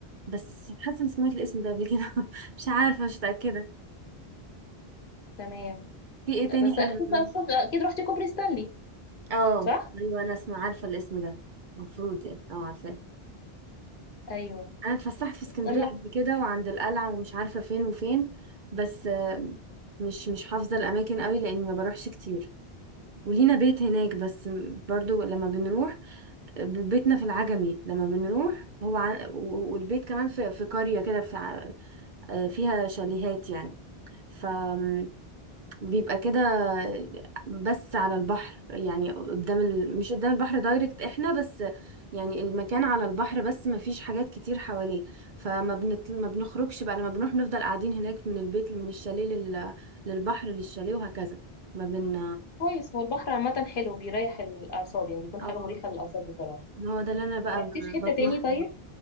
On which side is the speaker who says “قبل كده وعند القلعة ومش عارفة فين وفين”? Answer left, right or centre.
Right